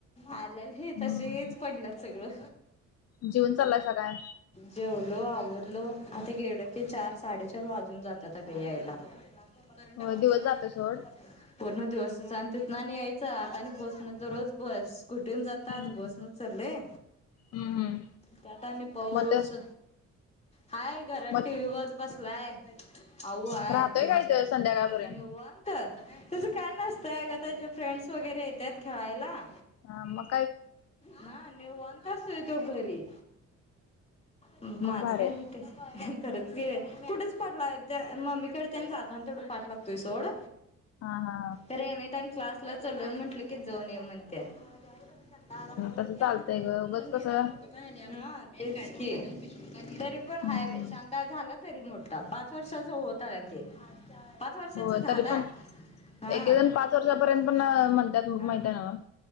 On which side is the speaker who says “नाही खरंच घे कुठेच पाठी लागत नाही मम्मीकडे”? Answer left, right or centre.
Left